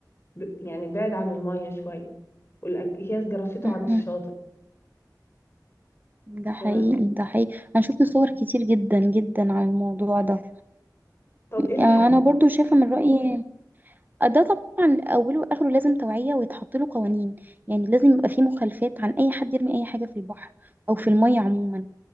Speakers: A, on the left; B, on the right.
A: ب- يعني بعد عن المية شوية والاكياس جرفته
B: مهم.
A: عند الشاطئ
B: ده
A: ف
B: حقيقي ده حقيقي انا شفت صور كتير جدا جدا عن الموضوع ده
A: طب ايه
B: آه،
A: الحل
B: انا برضو شايفة من رأيي آه، ده طبعا اوله واخره لازم توعية ويتحط له قوانين يعني لازم يبقى فيه مخالفات عن اي حد يرمي اي حاجة في البحر او في المية عموما